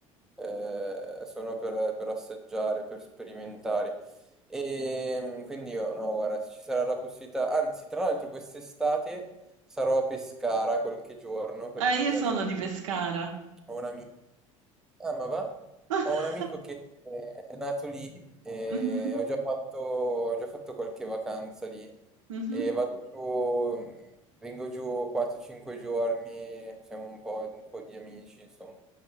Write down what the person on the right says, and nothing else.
Eh, io sono di Pescara.
<laughs>
Mhm,
mhm.